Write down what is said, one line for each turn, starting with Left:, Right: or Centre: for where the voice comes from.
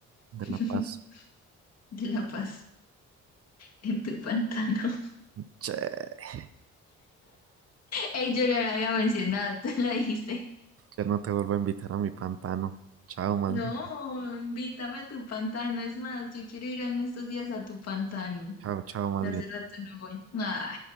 Right: De
Left: <laughs>
Right: la paz.
Left: de la paz en tu pantano.
Right: Che, eh,
Left: <laughs> Ey, yo no lo había mencionado, <laughs> tú lo dijiste.
Right: ya no te vuelvo a invitar a mi pantano. Chao, más
Left: No,
Right: bien.
Left: invítame a tu pantano. Es más, yo quiero ir en estos días a tu pantano.
Right: Chao, chao, más
Left: Hace
Right: bien.
Left: rato no voy. Ah.